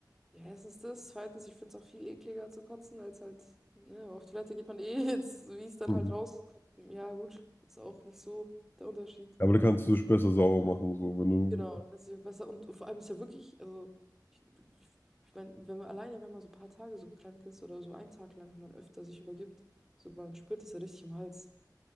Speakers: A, in the centre; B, on the left.
A: Ja, erstens das. Zweitens, ich finde es auch viel ekliger zu kotzen, als halt, ne, aber auf Toilette geht man <laughs> eh jetzt, so wie es dann
B: Mhm.
A: halt rauskommt. Ja, gut, ist auch nicht so der Unterschied.
B: Aber da kannst du dich besser sauber machen, so, wenn du,
A: Genau, das kannst dich auch besser. Und, und vor allem ist ja wirklich, also, ich, ich, ich meine, wenn man alleine, wenn man so ein paar Tage so krank ist oder so einen Tag lang, wenn man öfter sich übergibt, so man spürt es ja richtig im Hals.